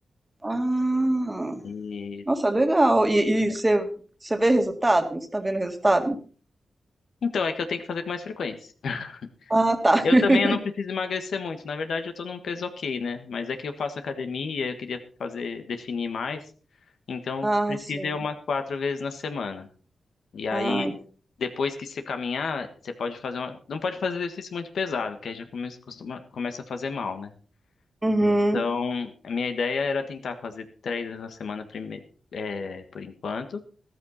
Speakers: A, on the right (about 20°); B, on the left (about 75°).
A: Ah,
B: E
A: nossa, legal. E
B: é,
A: e você você vê resultado? Você tá vendo resultado?
B: então é que eu tenho que fazer com mais frequência. <laughs>
A: Ah, tá. <laughs>
B: Eu também eu não preciso emagrecer muito, na verdade eu tô num peso ok, né? Mas é que eu faço academia, eu queria fazer definir mais, então
A: Ah,
B: precisa
A: sim.
B: ir umas quatro vezes na semana. E aí,
A: Ah, ent-
B: depois que você caminhar, você pode fazer uma... Não pode fazer exercício muito pesado, que aí já come... costuma... começa a fazer mal, né?
A: uhum,
B: Então, a minha ideia era tentar fazer três vezes na semana prime... é, por enquanto,